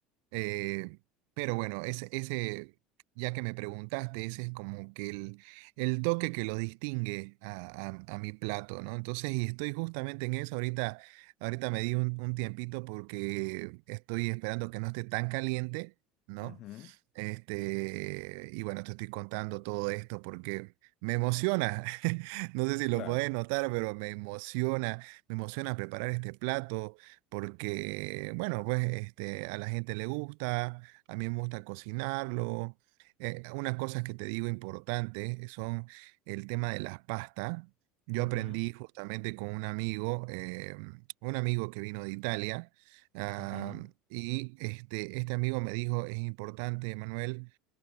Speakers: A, on the right; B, on the left.
A: eh, pero bueno, ese, ese, ya que me preguntaste, ese es como que el, el toque que lo distingue a, a- a mi plato, ¿no? Entonces, y estoy justamente en eso. Ahorita, ahorita me di un, un tiempito porque estoy esperando que no esté tan caliente, ¿no?
B: Ujú.
A: Este, y bueno, te estoy contando todo esto porque me emociona. <laughs> No sé si
B: Claro.
A: lo puedes notar, pero me emociona, me emociona preparar este plato porque, bueno, pues este, a la gente le gusta, a mí me gusta cocinarlo. Eh, unas cosas que te digo importantes son el tema de las pastas. Yo
B: Ujú.
A: aprendí justamente con un amigo, eh, un amigo que vino de Italia, ah,
B: Ujú.
A: y este, este amigo me dijo, es importante, Manuel,